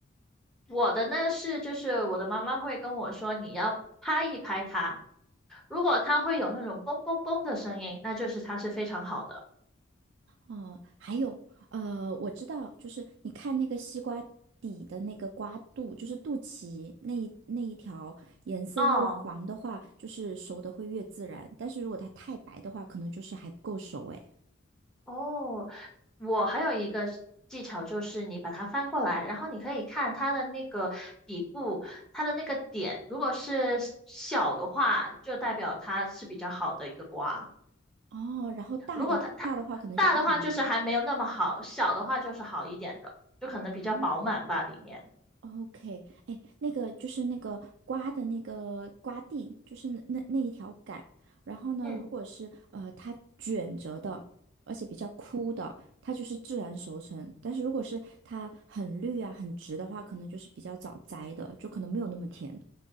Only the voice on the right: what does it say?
哦，还有，呃，我知道，就是你看那个西瓜底的那个瓜肚，就是肚脐那一那一条，颜色越黄的话，
就是熟的会越自然，但是如果它太白的话，可能就是还不够熟哎。
哦，然后大的大的话，
可能就不甜了。
哦 OK，哎，那个就是那个瓜的那个瓜蒂，就是那那那一条杆。然后呢，
如果是呃它卷着的，而且比较枯的，它就是自然熟成。但是如果是它很绿啊、很直的话，可能就是比较早摘的，就可能没有那么甜。